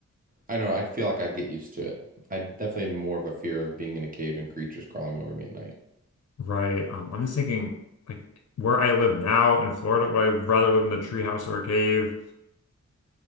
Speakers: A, on the right; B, on the left.
A: I don't know. I feel like I'd get used to it. I definitely have more of a fear of being in a cave and creatures crawling over me at night.
B: Right. Um, I'm just thinking like where I live now in Florida, would I rather live in a tree house or a cave?